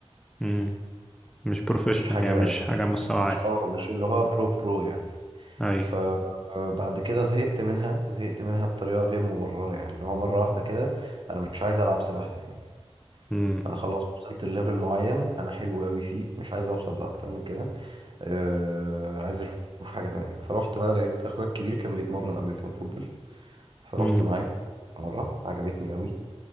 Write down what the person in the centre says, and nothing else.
امم مش بروفيشنال
يعني مش
حاجة مستوى
عالي
اي
امم
امم